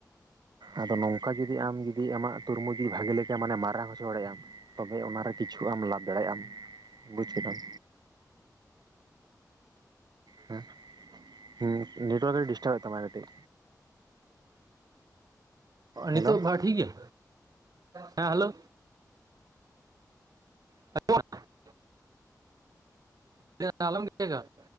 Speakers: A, on the right; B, on the right.
A: ᱟᱫᱚ ᱱᱚᱝᱠᱟ ᱡᱩᱫᱤ ᱟᱢ ᱡᱩᱫᱤ ᱟᱢᱟᱜ ᱛᱩᱨᱢᱩᱡᱽ ᱡᱩᱫᱤ ᱵᱷᱟᱜᱮ ᱞᱮᱠᱟ ᱢᱟᱱᱮ ᱢᱟᱨᱟᱝ ᱦᱚᱪᱚ ᱫᱟᱲᱮᱭᱟᱜ ᱟᱢ᱾ ᱛᱚᱵᱮ ᱚᱱᱟᱨᱮ ᱠᱤᱪᱷᱩ ᱟᱢ ᱞᱟᱵᱷ ᱫᱟᱲᱮᱭᱟᱜ ᱟᱢ ᱵᱩᱡ ᱠᱮᱫᱟᱢ᱾ ᱦᱮᱸ ᱦᱩᱸ ᱱᱮᱴᱣᱟᱨᱠ ᱮ ᱰᱤᱥᱴᱟᱵᱮᱫ ᱛᱟᱢᱟ ᱠᱟᱹᱴᱤᱡ᱾
B: ᱱᱤᱛᱚᱜ
A: ᱦᱮᱞᱳ
B: ᱵᱷᱟ ᱴᱷᱤᱠ ᱜᱮᱭᱟ, ᱦᱮᱸ ᱦᱮᱞᱳ᱾ <unintelligible> <unintelligible>